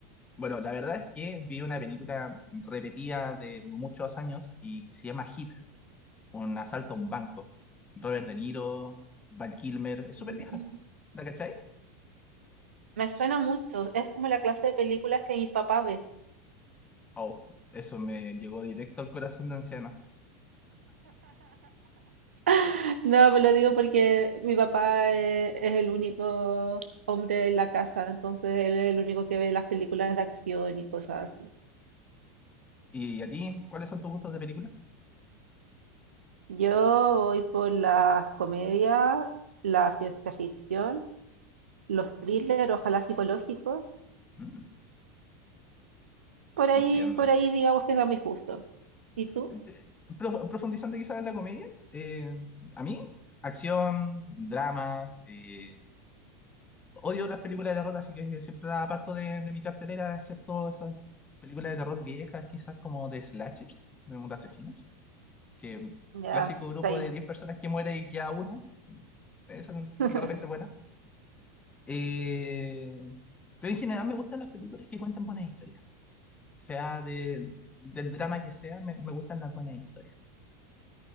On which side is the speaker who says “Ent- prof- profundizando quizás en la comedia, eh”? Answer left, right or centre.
Left